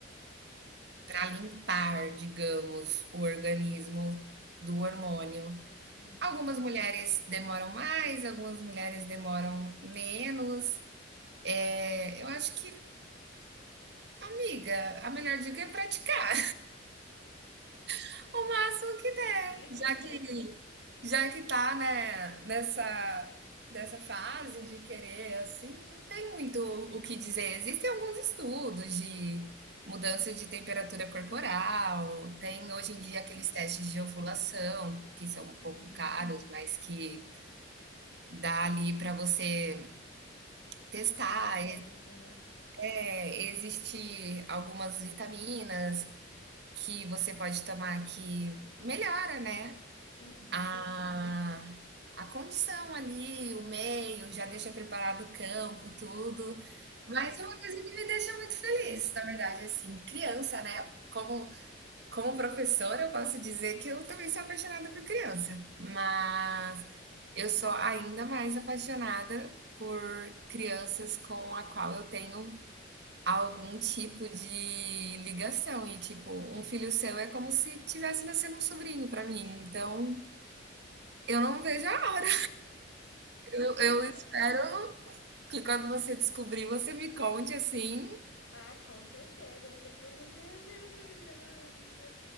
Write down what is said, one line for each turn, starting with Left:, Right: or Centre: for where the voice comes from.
Right: para limpar, digamos, o organismo do hormônio.
Left: uhum.
Right: Algumas mulheres demoram mais, algumas mulheres demoram menos. É, eu acho que, amiga, a melhor dica é praticar <laughs> o máximo que der,
Left: É.
Right: já que já que tá, né, nessa dessa fase de querer assim, não tem muito o que dizer. Existem alguns estudos de mudança de temperatura corporal, tem
Left: <laughs>
Right: hoje em dia aqueles testes de ovulação, que são um pouco
Left: Uhum.
Right: caros, mas que dá ali para você testar.
Left: Talvez compense, né?
Right: É, existe algumas vitaminas que você pode tomar que melhora, né,
Left: Uhum.
Right: A a condição ali, o meio, já deixa preparado o campo, tudo. Mas é uma coisa que me deixa muito feliz, na verdade, assim, criança, né, como como professora, eu posso dizer que eu também sou apaixonada por criança, mas eu sou ainda mais apaixonada por crianças com a qual eu tenho algum tipo de ligação e, tipo, um filho seu é como se tivesse nascendo um sobrinho para mim, então eu não vejo a hora. Eu
Left: Então.
Right: eu espero que quando você descobrir, você me conte, assim,
Left: Ah, com certeza. Vai ser primeiro você. Ai, eu tô grávida.